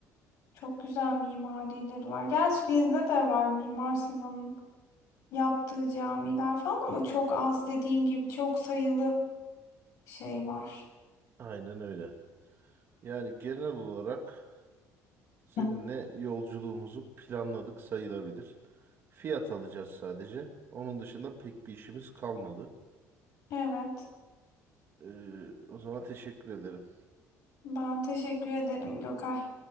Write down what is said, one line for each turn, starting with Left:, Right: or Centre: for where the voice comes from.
Left: Çok güzel mimarileri var. Gerçi bizde de var Mimar Sinan'ın yaptığı camiler falan ama çok az dediğin gibi çok sayılı şey var.
Right: Aynen öyle. Yani genel olarak. Seninle
Left: Hı.
Right: yolculuğumuzu planladık sayılabilir. Fiyat alacağız sadece. Onun dışında pek bir işimiz kalmadı.
Left: Evet.
Right: Ee, o zaman teşekkür ederim.
Left: Ben teşekkür ederim Gökay.